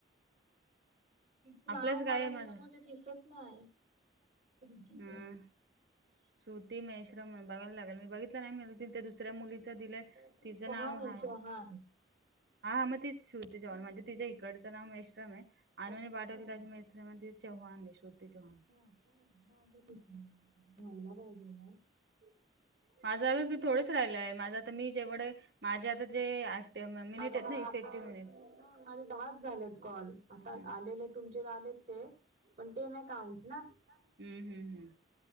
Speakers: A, on the right; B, on the right.
A: तिच
B: आपलंच
A: नाव
B: काय
A: मला
B: आहे
A: लिस्ट
B: माझं
A: मध्ये दिसत नाही. श्रुतीचं.
B: हम, अ सुती महेश्रम म्हण बघायला लागेल मी बघितला नाही मिल तिथ दुसऱ्या मुली ''--'' च दिलंय
A: श्रुती
B: तिच
A: चौहान
B: नाव
A: आहे
B: हाय.
A: चौहान.
B: हा मग तिचछू तिच्यावर म्हणजे तिच्या इकडचं नाव महेश्रम आहे आणूनी
A: अच्छा
B: पाठवलेलं
A: हा
B: त्या मा. मध्ये चौहान आहे श्रुती चौहान.
A: का हा मागे कीती <unintelligible> व्हायला पाहिजे का
B: माझं अ की, थोडंच राहिलं आहे माझं आता मी जेवढ माझे आता जे आहेत. मिनिट
A: माझं ना
B: इफेक्टिव्ह
A: आता
B: मिनिट
A: <inaudible> माझे दहाच झालेत कॉल आता
B: हम्म.
A: आलेले तुमचे आलेत ते पण ते नाही काउंट ना.
B: <unintelligible> हुं.. हुं.. हुं..